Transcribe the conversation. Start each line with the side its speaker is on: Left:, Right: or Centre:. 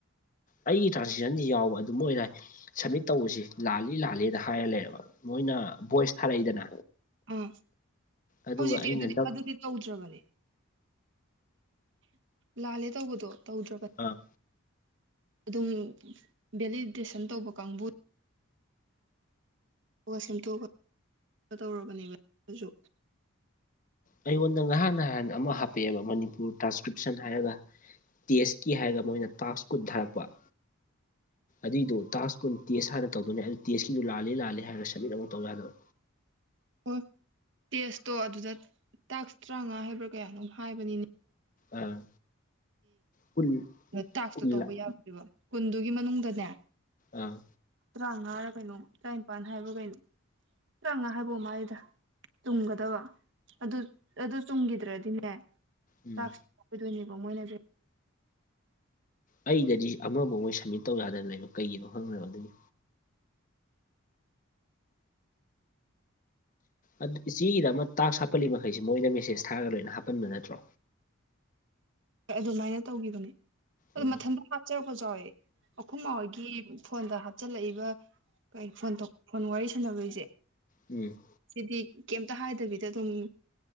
Left: ꯑꯩꯒꯤ ꯇ꯭ꯔꯥꯟꯁꯦꯛꯁꯟꯁꯤ ꯌꯥꯎꯕ ꯑꯗꯨꯝ ꯑꯣꯏꯔꯥꯏ ꯁꯕꯃꯤꯠ ꯇꯧꯕꯁꯤ ꯂꯥꯜꯂꯤ ꯂꯥꯂꯦꯅ ꯍꯥꯏꯔꯂꯕ ꯃꯣꯏꯅ ꯚꯣꯏꯁ ꯊꯥꯔꯛꯏꯗꯅ
Right: ꯑꯥ
Left: ꯑꯗꯨꯒ
Right: ꯍꯧꯖꯤꯛꯇꯤ
Left: ꯑꯩꯅ
Right: ꯑꯗꯨꯗꯤ
Left: ꯅꯪ
Right: ꯑꯗꯨꯗꯤ ꯇꯧꯗ꯭ꯔꯕꯅꯦ ꯂꯥꯜꯂꯦ ꯇꯧꯕꯗꯣ ꯇꯧꯗ꯭ꯔꯕ
Left: ꯑꯥ
Right: ꯑꯗꯨꯝ ꯚꯦꯂꯤꯗꯦꯁꯟ ꯇꯧꯕ ꯀꯥꯡꯕꯨ ꯑ ꯁꯦꯝꯗꯣꯛꯑꯒ ꯇꯧꯔꯕꯅꯦꯕ ꯑꯗꯨ
Left: ꯑꯩꯉꯣꯟꯗ ꯅꯍꯥꯟ ꯅꯍꯥꯟ ꯑꯃ ꯍꯥꯞꯄꯛꯑꯦꯕ ꯃꯅꯤꯄꯨꯔ ꯇ꯭ꯔꯥꯟꯁꯀ꯭ꯔꯤꯞꯁꯟ ꯍꯥꯏꯔꯒ ꯇꯦꯁꯀꯤ ꯍꯥꯏꯔꯒ ꯃꯣꯏꯅ ꯇꯥꯛꯁ ꯀꯨꯟꯊꯔꯛꯄ ꯑꯗꯨꯏꯗꯨꯣ ꯇꯥꯛꯁꯀꯨ ꯇꯦꯁ ꯍꯥꯟꯅ ꯇꯧꯗꯣꯏꯅꯦ ꯑꯗꯨ ꯇꯦꯁꯀꯤꯗꯨ ꯂꯥꯜꯂꯤ ꯂꯥꯜꯂ ꯍꯥꯏꯔꯒ ꯁꯕꯃꯤꯠ ꯑꯃꯨꯛ ꯇꯧ ꯌꯥꯗꯕ
Right: ꯑꯣ ꯇꯦꯁꯇꯣ ꯑꯗꯨꯗ ꯇꯥꯛꯁ ꯇꯔꯥꯃꯉꯥ ꯍꯥꯏꯕ꯭ꯔꯥ ꯀꯌꯥ ꯑꯗꯨꯝ ꯍꯥꯏꯕꯅꯤꯅꯦ
Left: ꯑꯥ ꯀꯨꯟ
Right: ꯇꯥꯛꯁꯇꯣ
Left: ꯀꯨꯟ
Right: ꯇꯧꯕ
Left: ꯂꯥꯛ
Right: ꯌꯥꯗ꯭ꯔꯤꯕ ꯀꯨꯟꯗꯨꯒꯤ ꯃꯅꯨꯡꯗꯅꯦ
Left: ꯑꯥ
Right: ꯇꯔꯥꯃꯉꯥꯔꯥ ꯀꯩꯅꯣ ꯇꯔꯥꯅꯤꯄꯥꯟ ꯍꯥꯏꯕ꯭ꯔꯥ ꯀꯩꯅꯣ ꯆꯪꯉꯥ ꯍꯥꯏꯕꯣ ꯃꯥꯥꯏꯗ ꯇꯨꯝꯒꯗꯕ ꯑꯗꯨ ꯑꯗꯨ ꯆꯨꯝꯈꯤꯗ꯭ꯔꯗꯤꯅꯦ
Left: ꯎꯝ
Right: ꯂꯥꯛ ꯑꯣꯏꯗꯣꯏꯅꯦꯕ ꯃꯣꯏꯅꯁꯦ
Left: ꯑꯣ ꯑꯩꯗꯗꯤ ꯑꯃꯐꯧ ꯃꯣꯏ ꯁꯝꯃꯤꯠ ꯇꯧ ꯌꯥꯗꯅ ꯂꯩꯕ ꯀꯩꯒꯤꯅꯣ ꯈꯪꯗꯕ ꯑꯗꯨꯅꯤ ꯑꯗꯨ ꯏꯆꯦꯒꯤꯗ ꯑꯃ ꯇꯥꯛꯁ ꯍꯥꯞꯄꯜꯂꯤ ꯃꯈꯩꯁꯤꯦ ꯃꯣꯏꯗ ꯃꯦꯁꯦꯁ ꯊꯥꯔꯒ ꯂꯣꯏꯅ ꯍꯥꯞꯄꯟꯕ ꯅꯠꯇ꯭ꯔꯣ
Right: ꯍꯣꯏ ꯑꯗꯨꯃꯥꯏꯅ ꯇꯧꯈꯤꯕꯅꯤ ꯑꯗꯨ
Left: ꯎꯝ
Right: ꯃꯊꯟꯗ ꯆꯠꯔꯛꯄ ꯆꯥꯎꯏ ꯑꯩꯈꯨꯝ ꯃꯥ ꯍꯣꯏꯒꯤ ꯐꯣꯟꯗ ꯍꯥꯞꯆꯤꯜꯂꯛꯏꯕ ꯀꯩ ꯐꯣꯟ ꯐꯣꯟ ꯋꯥꯔꯤ ꯁꯥꯟꯅꯕꯣꯏꯁꯦ
Left: ꯎꯝ
Right: ꯁꯤꯗꯤ ꯀꯩꯇ ꯍꯥꯏꯗꯕꯤꯗ ꯑꯗꯨꯝ